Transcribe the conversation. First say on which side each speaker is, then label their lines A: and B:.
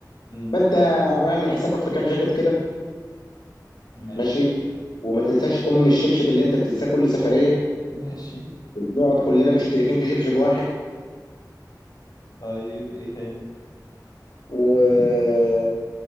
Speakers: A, on the left; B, on the left.
A: امم
B: فانت اعمل حسابك في كام جاكيت كده
A: ماشي
B: ماشي وما تنساش ام الشبشب اللي انت بتنساه كل سفريه
A: <laughs> ماشي
B: وبنقعد كلنا مشتركين في شبشب واحد
A: طيب ايه تاني
B: و